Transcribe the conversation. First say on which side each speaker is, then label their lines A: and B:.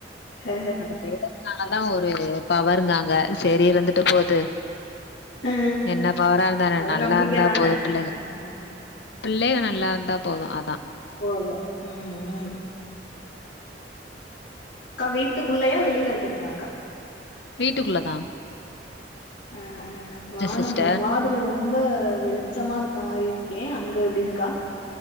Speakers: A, on the left (about 85°); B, on the left (about 65°).
A: ஆ
B: அந்த பேடனாலதா ஒரு பவர்ருங்காங்க சரி இருந்துட்டு போது
A: ஆ
B: என்ன பவற இருந்தா என்ன
A: ஒரு
B: நல்லா
A: நம்பிக்க
B: இருந்தா
A: தான
B: போது பிள்ளைங்க
A: ம்
B: பிள்ளைக நல்லா இருந்தா போது அதா
A: போவுது ம் ம் அக்கா வீட்டுக்குள்ளையா வெளியில இருக்கீங்களா அக்கா
B: வீட்டுக்குள்ள தா
A: ஆஹ் வானம்
B: சிஸ்டர்
A: ஒரு மாதிரி ரொம்ப ரொம்ப வெளிச்சமா இருக்கா மாதிரி இருக்கே அங்க எப்டி இருக்கா